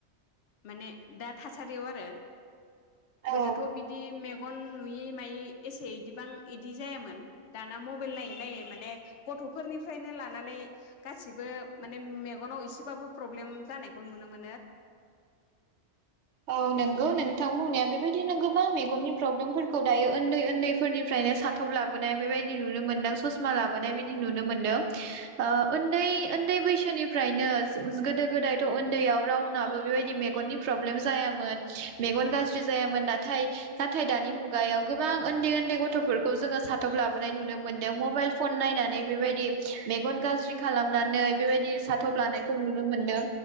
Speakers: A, on the left; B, on the right.
A: माने दा थासारियाव आरो।
B: औ
A: गोदोथ' बिदि मे गन नुयै मायै एसे बिदिबां बिदि जायामोन। दाना मबाइल नायै नायै माने गथ'फोरनिफ्रायनो लानानै गासिबो माने मेगनाव एसेबाबो प्रब्लेम जानायखौ नुनो मोनो।
B: औ नोंगौ नोंथां बुंनाया बेबायदिनो गोबां मेगननि प्रब्लेमफोरखौ दायो उन्दै उन्दैफोरनिफ्रायनो साथब लाबोनाय बेबायदि नुनो मोनदों ससमा लाबोनाय बायदि नुनो मोनदों। ओ उन्दै उन्दै बैसोनिफ्रायनो गोदो गोदायथ' उन्दैयाव रावनाबो बेबायदि मेगननि प्रब्लेम जायामोन मेगन गाज्रि जायामोन नाथाय नाथाय दानि मुगायाव गोबां उन्दै उन्दै गथ' गथ'फोरखौ जोङो साथब लाबोन नाय नुनो मोनदों, मबाइल फन नायनानै बेबादि मेगन गाज्रि खालामनानै बेबादि साथब लानायखौ नुनो मोनदों,